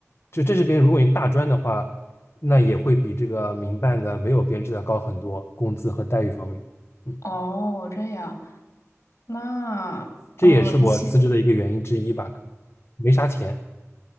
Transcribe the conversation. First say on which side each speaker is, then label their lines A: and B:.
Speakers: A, on the left (about 50°); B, on the left (about 70°).
A: 就正式编制如果你大专的话，那也会比这个民办的没有编制的高很多，工资和待遇方面，嗯，
B: 哦，这样。那哦，
A: 这也是我辞职的一个原因之一吧，
B: 其
A: 没啥钱，